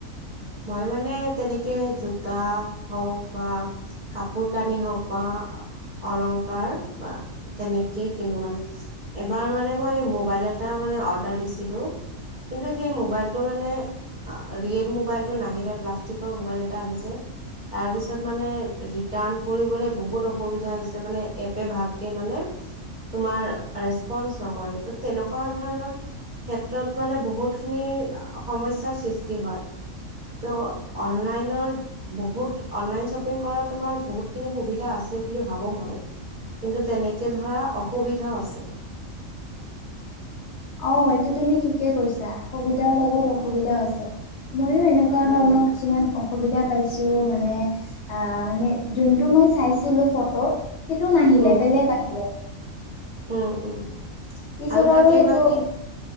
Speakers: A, on the right; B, on the left.
A: মই মানে তেনেকে জোতা হওক বা কাপোৰ কানি হওক বা অলংকাৰ বা তেনেকেই কিনো মানে এবাৰ মানে মই মোবাইলত মই মানে অৰ্ডাৰ দিছিলোঁ কিন্তু হেই মোবাইলটো মানে ৰিয়েল মোবাইলটো নাহিলে, প্লাষ্টিকৰ মোবাইল এটা আহিছে। তাৰপিছত মানে ৰিটাৰ্ণ কৰিবলৈ বহুত অসুবিধা হৈছে মানে এপে ভালকে মানে তোমাৰ ৰেচপন্ঞ্চ নকৰে ত তেনেকুৱা ধৰণৰ ক্ষেত্ৰত মানে বহুত খিনি সমস্যা সৃষ্টি হয়
B: <inaudible>
A: ত' অনলাইনৰ বহুত অনলাইন শ্বপিং কৰা তোমাৰ বহুতখিনি সুবিধা আছে বুলি ভাবো মই কিন্তু তেনেকে ধৰা অসুবিধা আছে
B: অ এইটো তুমি ঠিকে কৈছা সুবিধাৰ লগত অসুবিধাও আছে ময়ো এনেকুৱা
A: উম
B: ধৰণৰ কিছুমান অসুবিধা পাইছো মানে আহ মানে যোনটো মই চাইছিলো ফটো সেইটো নাহিলে
A: উম
B: বেলেগ আহিলে
A: উম, উম
B: পিছত
A: আৰু কেতিয়াবা
B: সেইটো
A: কি